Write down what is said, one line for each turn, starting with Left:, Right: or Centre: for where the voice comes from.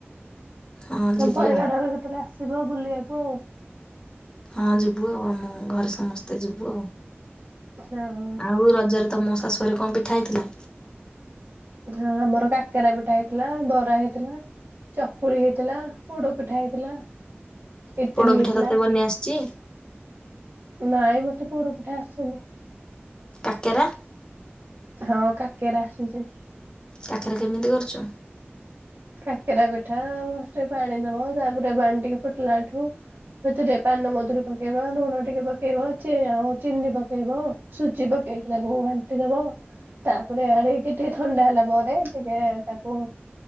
Left: ଆଉ ହଁ
Right: ତମ
Left: ଯିବି
Right: ପରିବାର
Left: ଆଉ
Right: ଘର କେତେବେଳେ ଆସିବ ବୁଲିବାକୁ ଆଉ।
Left: ହଁ ଯିବୁ ଆଉ ଆମ ଘରେ ସମସ୍ତେ ଯିବୁ ଆଉ।
Right: ଆଉ
Left: ଆଉ ରଜରେ ତମ ଶାଶୁଘରେ କଣ ପିଠା ହେଇଥିଲା?
Right: ହଁ ଆମର କାକେରା ପିଠା ହେଇଥିଲା ବରା ହେଇଥିଲା। ଚକୁଳି ହେଇଥିଲା ପୋଡ ପିଠା ହେଇଥିଲା। ଇଟିଲି
Left: ପୋଡପିଠା
Right: ହେଇଥିଲା
Left: ତତେ ବନେଇ ଆସିଛି
Right: ନାଇଁ ମତେ ପୋଡ ପିଠା ଆସେନି।
Left: କାକେରା?
Right: ହଁ କାକେରା ଆସିଚି।
Left: କାକେରା କେମିତି କରୁଛ।
Right: କାକେରା ପିଠା ଆଉ ଫାଷ୍ଟ ପାଣି ଦବ। ତାପରେ ପାଣି ଟିକେ ଫୁଟିଲାଠୁ। ସେଥିରେ ପାନମଧୁରୀ ପକେଇବ ଲୁଣ ଟିକେ ପକେଇବ ଚେ ଆଉ ଚିନି ପକେଇବ। ସୁଚି ପକେଇକି ତାକୁ ଘାଣ୍ଟି ଦବ। ତାପରେ ଆଣିକି ଟିକେ ଥଣ୍ଡା ହେଲା ପରେ ଟିକେ ତାକୁ।